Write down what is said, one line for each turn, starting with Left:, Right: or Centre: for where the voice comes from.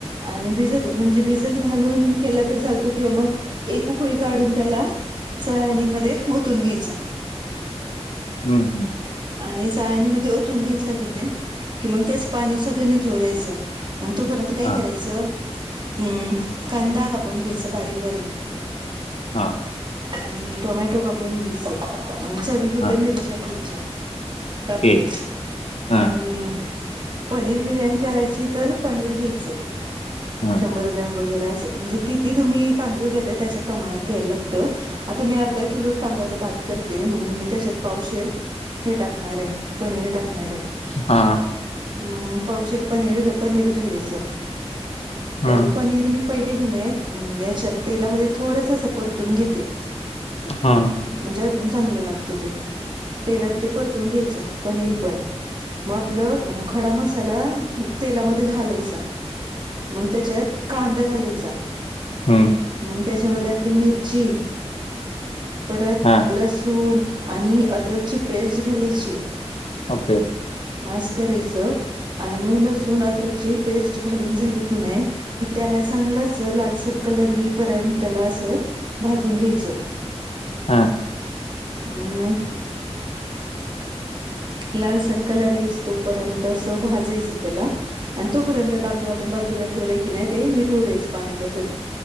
Right: आणि भिजत म्हणजे भिजत घालून केला तर चालतो किंवा मग एककळी काढून त्याला ळणीमध्ये होतून घ्यायचा
Left: हम्म हम्म
Right: आणि चाळणी मध्ये ओतून घेतलं की नाही की मग त्याचं पाणी सगळ्यांनीथळ द्यायचं तोपर्यंत काय
Left: हा
Right: करायचं अ कांदा ून घ्यायच बारीक बारीक
Left: हा
Right: आणि टोमॅटो कापून घ्यायच चवीपुरत्या
Left: हा
Right: मिरच्या घ्यायच्या कापूर
Left: ते हा
Right: आणि पनीर बिर्याणी करायची तर पनीर घ्यायचं
Left: हा
Right: शंभर ग्रॅम वगैरे अस म्हणजे किती तुम्ही तांदूळ घेतताय त्याच्या प्रमाात घ्यायला लागतं आता मी अर्धा किलो तांदूळाच बाात कर ते म्हणून मी त्याच्यात पावशर हे टाकणार आहे पनीर टाकणार आहे
Left: हा
Right: मम पावशर पनीर पनीर घालायचं तर
Left: हा
Right: पनीर मी पहिले घेन आहेत याच्यात तेलामध्ये थोडस अस परतून घेते
Left: हा
Right: म्हणजे अजून चांगलं लागत ते तेलात ते परतून घ्यायचं पनीर पण मग आपलं खडा मसाला तेलामध्ये घालायचा मग त्याच्यात कांदा घालायचा
Left: हम्म
Right: मग त्याच्यामध्ये आपली मिरची परत
Left: हा
Right: लसूण आणि अदरकची पेस्ट घ्यालायची
Left: ओके
Right: मास करायचं आणि मग लसूण अद्रकची पेस्ट घालून झाली की नाही कि त्याला चांगलं अस लालसर कलर हि पर्यंत त्याला अस भाजून घ्यायचं
Left: हा
Right: मग लाल सरकलरईस तोपर्यंत अस भाजायचं त्याला आणि तोपर्यंत तांदूळ आपण बाजूला ठेवलाय की नाही ते नितळ दईच पाणीच